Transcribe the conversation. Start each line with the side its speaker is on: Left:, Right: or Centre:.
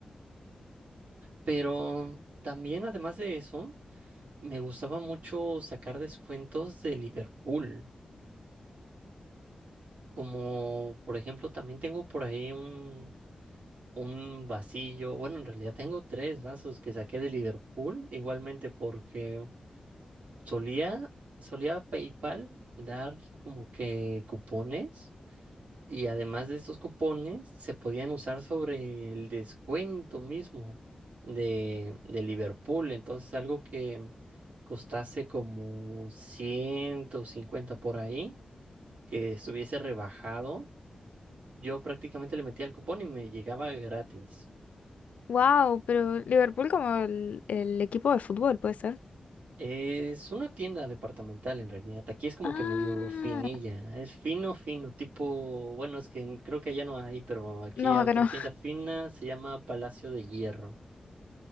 Right: Pero también, además de eso. Me gustaba mucho sacar descuentos de Liverpool, como por ejemplo también tengo por ahí un, un vasillo, bueno, en realidad tengo tres vasos que saqué de Liverpool, igualmente porque solía, solía PayPal dar como que cupones Y además de estos cupones, se podían usar sobre el descuento mismo de, de Liverpool. Entonces, algo que costase como 150 por ahí, que estuviese rebajado, yo prácticamente le metía el cupón y me llegaba gratis.
Left: Wow, pero Liverpool como el, el equipo de fútbol, ¿puede ser?
Right: Es una tienda departamental en realidad. Aquí es como
Left: Ah,
Right: que medio finilla. Es fino, fino, tipo, bueno, es que creo que allá no hay, pero aquí
Left: no,
Right: hay
Left: acá
Right: otra
Left: no.
Right: tienda fina, se llama Palacio de Hierro.